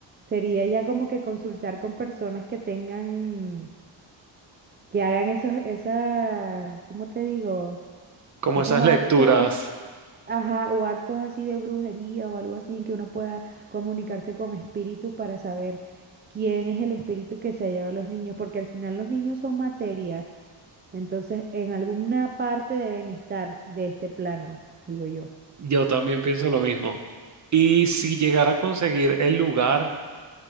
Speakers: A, on the right; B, on the right.
A: Sería ya como que consultar con personas que tengan, que hagan esos, esas, ¿cómo te digo?
B: como
A: Esos
B: esas
A: actos,
B: lecturas,
A: ajá, o actos así de brujería o algo así en que uno pueda comunicarse con espíritus para saber quién es el espíritu que se lleva a los niños, porque al final los niños son materia, entonces en alguna parte deben estar de este plano, digo yo.
B: yo también pienso lo mismo. Y si llegara a conseguir el lugar,